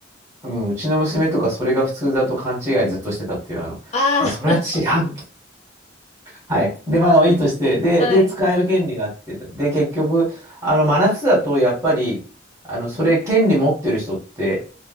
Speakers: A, on the right; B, on the left.
A: うん、うちの娘とかそれが普通だと勘違いずっとしてたっていう、あの、
B: あ
A: まあ、それは違う。はい。で、まあ、あのいいとして、で、
B: あ、
A: で、
B: <laughs> はい。
A: 使える権利があって、で、結局、あの、真夏だと、やっぱり、あの、それ、権利持ってる人って、